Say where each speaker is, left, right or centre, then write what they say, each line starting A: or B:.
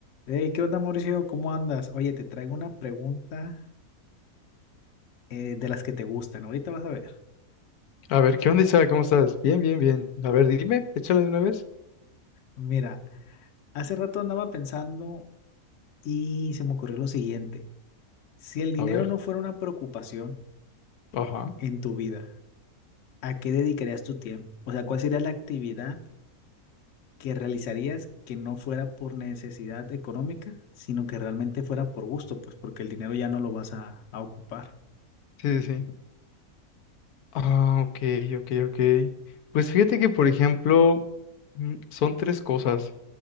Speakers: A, on the left; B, on the left.
A: Hey, ¿qué onda, Mauricio? ¿Cómo andas? Oye, te traigo una pregunta eh, de las que te gustan. Ahorita vas a ver.
B: A ver, ¿qué onda, Isaac? ¿Cómo estás? Bien, bien, bien. A ver, dime, échala de una vez.
A: Mira, hace rato andaba pensando y se me ocurrió lo siguiente. Si el dinero
B: A ver,
A: no fuera una preocupación
B: ajá.
A: en tu vida, ¿a qué dedicarías tu tiempo? O sea, ¿cuál sería la actividad que realizarías que no fuera por necesidad económica, sino que realmente fuera por gusto? Pues porque el dinero ya no lo vas a, a ocupar.
B: Sí, sí, sí. Ah, ok, ok, ok. Pues fíjate que, por ejemplo, mm, son tres cosas,